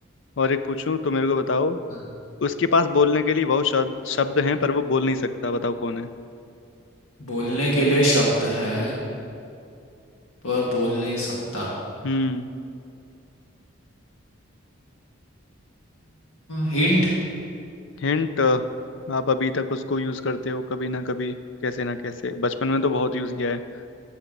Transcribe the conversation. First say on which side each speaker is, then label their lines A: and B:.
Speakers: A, on the left (about 65°); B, on the left (about 85°).
A: और एक पूछूं तो मेरे को बताओ
B: हाँ।
A: उसके पास बोलने के लिए बहुत शब्द शब्द हैं पर वो बोल नहीं सकता बताओ कौन है
B: बोलने के लिए शब्द है पर बोल नहीं सकता
A: हम्म
B: हिंट
A: हिंट आप अभी तक उसको यूज करते हो कभी ना कभी कैसे ना कैसे बचपन में तो बहुत यूज किया है